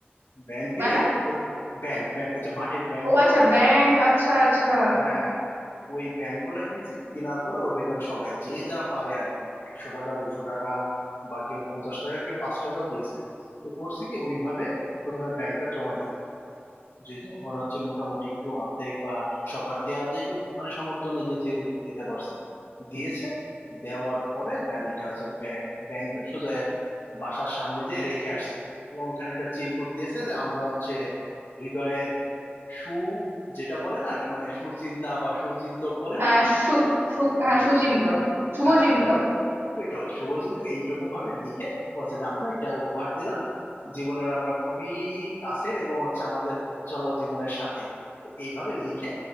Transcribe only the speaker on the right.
মানে
ও
আচ্ছা
ব্যাংক
আচ্ছা আচ্ছা
হ্যাঁ
সু
সু হ্যাঁ সুচিন্তক শুভচিন্তক